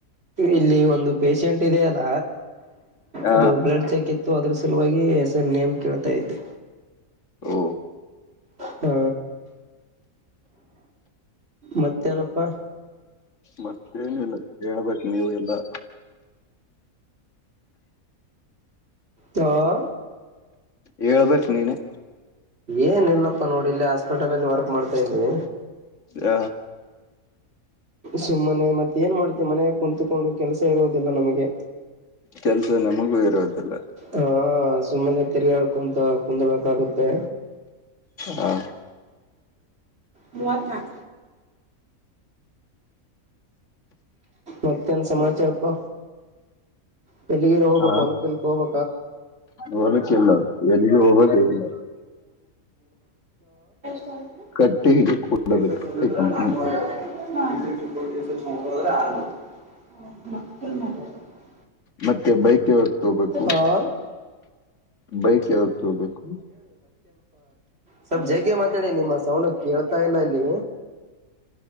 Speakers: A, on the right; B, on the left.
A: ಇಲ್ಲಿ ಒಂದು ಪೇಶೆಂಟ್ ಇ ಅಲ್ಲ
B: ಹ
A: ಅದು ಬ್ಲಡ್ ಚೆಕ್ ಇತ್ತು ಅದ್ರ ಸಲುವಾಗಿ ಹೆಸ ನೇಮ್ ಕೇಳ್ತಾ ಇದ್ದೆ
B: ಓ
A: ಹ್ಮ ಮತ್ತೇನಪ್ಪಾ
B: ಮತ್ತೇನಿಲ್ಲ ಹೇಳ್ಬೇಕು ನೀವು ಎಲ್ಲಾ
A: ಹ
B: ಹೇಳ್ಬೇಕ್ ನೀನೆ
A: ಏನ್ ಇಲ್ಲಪ್ಪ ನೋಡಿ ಇಲ್ಲೇ ಹಾಸ್ಪಿಟಲ್ ಅಲ್ಲಿ ವರ್ಕ್ ಮಾಡ್ತಾ ಇದ್ದೀ
B: ಹ
A: ಸುಮ್ಮನೆ ಮತ್ತೆ ಏನ್ ಮಾಡ್ತೀವಿ ಮನೆಾಗ ಕುತ್ಕೊಂಡು ಕೆಲಸ ಇರುೋದಿಲ್ಲ ನಮಗೆ
B: ಕೆಲ್ಸ ನಮಗೂ ಇರೋದಿಲ್ಲ
A: ಹಾ ಸುಮ್ಮನೆ ತಿರ್ಗಾಡ್ಕೊಂತ ಕುಂದರ್ಬೇಕಾಗುತ್ತೆ
B: ಹಾ
A: ಮೂವತನ್ಕ ಮತ್ತೆನ್ ಸಮಾಚಾರಪ್ಪ ಬೆಳ್ಳಿಗೇರ್ ಹೋಗ್ಬೇಕ
B: ಹ
A: ಹೊಲ್ಕಲ್ಕ್ ಹೋಗ್
B: ಹೋಲಿಕ್ಕಿಲ್ಲ ಎಲ್ಲಿಗೂ ಹೋಗೋದೇ ಇಲ್ಲ
A: ಚಲ್ಪ
B: ಕಟ್ಟಿಗೆ
A: ದಿದ್ರೆ
B: ಕೊಡಬೇಕು ಕಟ್ಟಿ
A: ನಾಲ್ಕವರೆ
B: ಕಂಪ್ನಿ
A: ದ್ರೆ ಆರ ಹ ಹಮ್ಮ
B: ಮತ್ತೆ ಬೈಕ್ ಯಾವಾಗ ತೋಬೇಕು
A: ಹ
B: ಬೈಕ್ ಯಾವತ್ತು ಹೋಗ್ಬೇಕು
A: ಸ್ವಲ್ಪ್ ಜಗ್ ಮಾತಾಡಿ ನಿಮ್ಮ ಸೌಂಡ ಕೇಳ್ತಾ ಇಲ್ಲ ಇಲ್ಲಿ